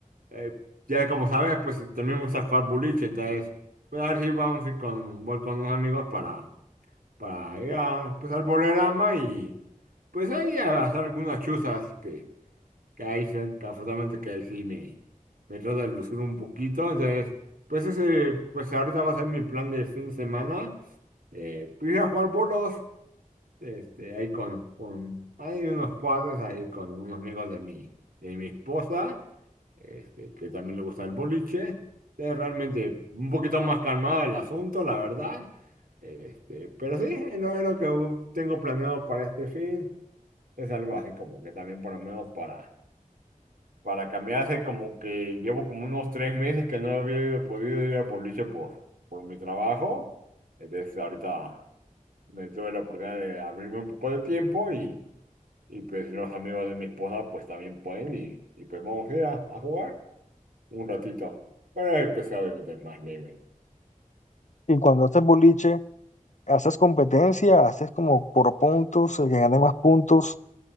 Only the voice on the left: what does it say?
Y cuando haces boliche, ¿Haces competencia? ¿Haces como por puntos, el que gane más puntos